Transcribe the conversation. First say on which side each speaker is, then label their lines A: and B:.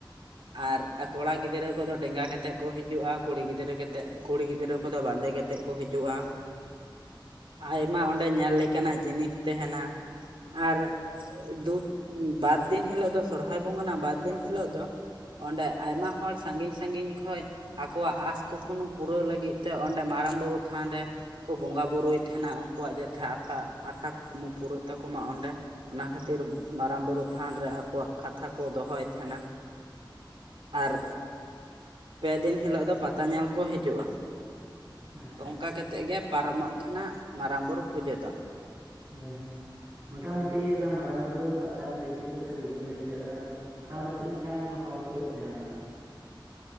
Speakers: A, on the right; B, on the right.
A: ᱟᱨ ᱠᱚᱲᱟ ᱜᱤᱫᱽᱨᱟᱹ ᱠᱚᱫᱚ ᱰᱮᱸᱜᱟ ᱠᱟᱛᱮᱫ ᱠᱚ ᱦᱤᱡᱩᱜ-ᱟ ᱠᱩᱲᱤ ᱜᱤᱫᱽᱨᱟᱹ ᱠᱟᱛᱮᱫ ᱠᱩᱲᱤ ᱜᱤᱫᱽᱨᱟᱹ ᱠᱚᱫᱚ ᱵᱟᱸᱫᱮ ᱠᱟᱛᱮᱫ ᱠᱟᱛᱮᱫ ᱠᱚ ᱦᱤᱡᱩᱜ-ᱟ ᱟᱭᱢᱟ ᱚᱸᱰᱮ ᱧᱮᱞ ᱞᱮᱠᱟᱱᱟᱜ ᱡᱤᱱᱤᱥ ᱛᱟᱦᱮᱱᱟ ᱟᱨ ᱫᱩ ᱵᱟᱨ ᱫᱤᱱ ᱦᱤᱞᱳᱜ ᱫᱚ ᱥᱚᱨᱦᱟᱭ ᱵᱚᱸᱜᱟᱱᱟ ᱵᱟᱨᱫᱤᱱ ᱦᱤᱞᱳᱜ ᱫᱚ ᱚᱸᱰᱮ ᱟᱭᱢᱟ ᱦᱚᱲ ᱥᱟᱺᱜᱤᱧ ᱥᱟᱺᱜᱤᱧ ᱠᱷᱚᱱ ᱟᱠᱚᱣᱟᱜ ᱟᱸᱥ ᱠᱩᱠᱢᱩ ᱯᱩᱨᱟᱹᱣ ᱞᱟᱹᱜᱤᱫ ᱛᱮ ᱚᱸᱰᱮ ᱢᱟᱨᱟᱝ ᱵᱩᱨᱩ ᱛᱷᱟᱱ ᱨᱮ ᱠᱚ ᱵᱚᱸᱜᱟ ᱵᱩᱨᱩᱭ ᱛᱟᱦᱮᱱᱟ ᱩᱱᱠᱩᱣᱟᱜ ᱡᱟᱛᱮ ᱟᱥᱟ ᱟᱥᱟ ᱠᱩᱠᱢᱩ ᱯᱩᱨᱟᱹᱜ ᱛᱟᱠᱚ ᱢᱟ ᱚᱱᱟ ᱠᱷᱟᱹᱛᱤᱨ ᱢᱟᱨᱟᱝ ᱵᱩᱨᱩ ᱛᱷᱟᱱ ᱨᱮ ᱟᱠᱚᱣᱟᱜ ᱠᱟᱛᱷᱟ ᱠᱚ ᱫᱚᱦᱚᱭ ᱛᱟᱦᱮᱱᱟ ᱟᱨ ᱯᱮ ᱫᱤᱱ ᱦᱤᱞᱳᱜ ᱫᱚ ᱯᱟᱛᱟ ᱧᱮᱞ ᱠᱚ ᱦᱤᱡᱩᱜ-ᱟ
B: ᱟᱪᱪᱷᱟ
A: ᱚᱱᱠᱟ
B: ᱟᱪᱪᱷᱟ
A: ᱠᱟᱛᱮᱫ ᱜᱮ ᱯᱟᱨᱚᱢᱚᱜ ᱛᱟᱦᱮᱱᱟ ᱢᱟᱨᱟᱝ ᱵᱩᱨᱩ ᱯᱩᱡᱟᱹ ᱫᱚ
B: ᱦᱳᱭ ᱦᱳᱭ ᱢᱚᱴᱟᱢᱩᱴᱤ ᱚᱱᱟ ᱢᱟᱨᱟᱝ ᱵᱩᱨᱩ ᱯᱟᱛᱟᱢ ᱞᱟᱹᱭ ᱠᱮᱫ ᱫᱚ ᱥᱮ ᱵᱩᱡᱷᱟᱹᱢ ᱞᱟᱹᱭ ᱠᱮᱫᱟ ᱢᱳᱴᱟᱟᱢᱩᱴᱤ ᱛᱤᱱᱟᱹᱜ ᱜᱟᱱ ᱦᱚᱲ ᱠᱚ ᱦᱳᱭᱜ ᱛᱟᱦᱮᱜ ᱚᱱᱟ ᱫᱚ